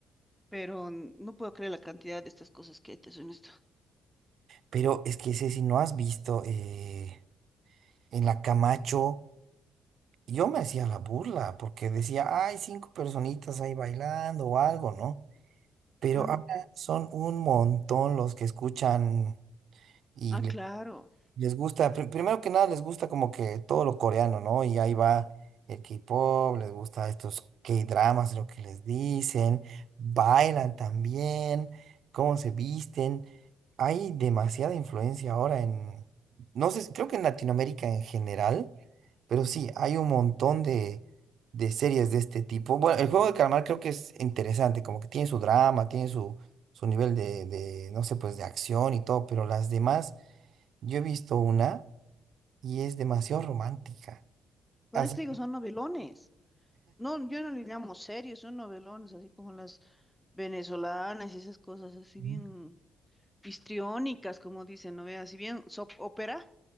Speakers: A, in the centre; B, on the right.
A: Pero mm, no puedo creer la cantidad de estas cosas que hay, te soy honesto.
B: Pero es que ese si no has visto eh, en la Camacho, yo me hacía la burla porque decía, hay cinco personitas ahí bailando o algo, ¿no? Pero
A: Mm,
B: ahora son un montón los que escuchan y
A: Ah, claro.
B: Les gusta, pri- primero que nada, les gusta como que todo lo coreano, ¿no? Y ahí va el K-pop, les gusta estos K-dramas, lo que les dicen, bailan también, cómo se visten. Hay demasiada influencia ahora en, no sé, creo que en Latinoamérica en general, pero sí, hay un montón de, de series de este tipo. Bueno, el juego de calamar creo que es interesante, como que tiene su drama, tiene su, su nivel de, de, no sé, pues de acción y todo, pero las demás. Yo he visto una y es demasiado romántica.
A: Por
B: Así,
A: esto digo, son novelones. No, yo no le llamo serios, son novelones, así como las venezolanas y esas cosas, así
B: Ujú.
A: bien histriónicas, como dicen, ¿no? Veas, si bien soap opera,